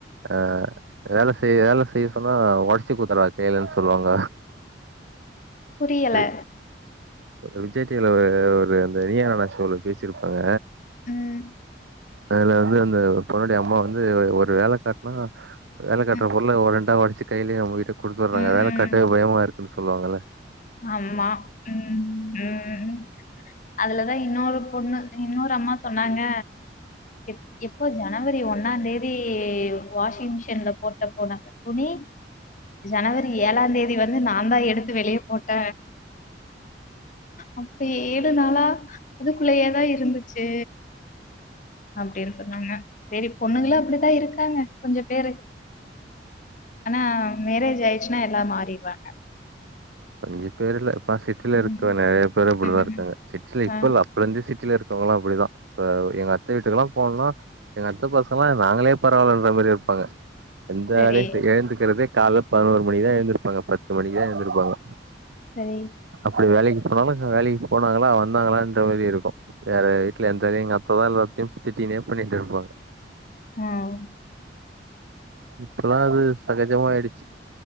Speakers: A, on the right; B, on the left.
A: ஆ வேல செய் வேல செய்ய சொன்ன <unintelligible> ச்சி கூத்துருவா கைலன்னு சொல்லுவாங்க
B: புரியல
A: ரி- <unintelligible> விஜய் டிவி ல ஒரு அந்த நியா நானா ஷோல பேசியிருப்பாங்க
B: ம்.
A: அதுல இது அந்த பொண்ணுடைய அம்மா வந்து ஒரு வேல காட்டனா வேலக்கட்டுற
B: ம்.
A: பொன் ஓ ரெண்டு அத ஒடச்சி கைலியே உங்ககிட்ட குடுத்துர்றாங்க
B: ம்.
A: வேல கட்டாய பயமா இருக் ந்து சொல்வாங்கல
B: ஆமா ம் ம் அதுலதா இன்னொரு பொண்ணு இன்னொரு அம்மா சொ சொன்னாங்க எ எப்போ ஜனவரி ஒன்னா தேதி வாஷிங் மிஷின்ல போட்ட போட்டாங்க துணி ஜனவரி ஏழாந் தேதி வந்து நா தா எடுத்து வெளியே போட் அப்பே ஏழு நாளா அதுக்குள்ளயே தா இருந்துச்சு அப்டின்னு சொன்னாங்க செரி பொண்ணுங்கல்லா அப்டிதா இருக்காங்க கொஞ்சோ பேரு ஆன மேரேஜ் ஆய் ச்சுன்னா எல்லா மாறிடுவாங்க
A: <unintelligible> பேருல ப சிட்டில இருக்கற
B: ம்.
A: நறைய பேரு அப்டிதா
B: ம்.
A: இருக்கங்க சிட்டில இப்ப
B: ஆ
A: இ அப்பல இருந்தே சிட்டியில இருக் அவங்களா அப்டிதா இப்ப எங்க அத்த வீட்டுக்கெல்லா போனா எங்க அத்த பசங்க லா நாங்களே பரவாலன்ற மாரி இருப்பாங்க எந்த
B: சரி,
A: வேலயு செய் எழுந்துக்கற்தே கால பதினோரு மணிதா எழுந் இருப்பாங்க பத்து மணிக்க எழுந்துதிருப்பாங்க
B: சரி
A: இப்ப வேலைக்கு போனாலு வேலைக்கு போனாங்களா வந்தாங்களான்ற மாரி இருக்கோ வேற வீட்டுல எந்த வேல எங்க அத்ததா எல்லாத்தையு திட்டினே பண்ணிட்டு இருப்பாங்க
B: ம்
A: இப்பெல்லா அது சகஜமயிடுச்சு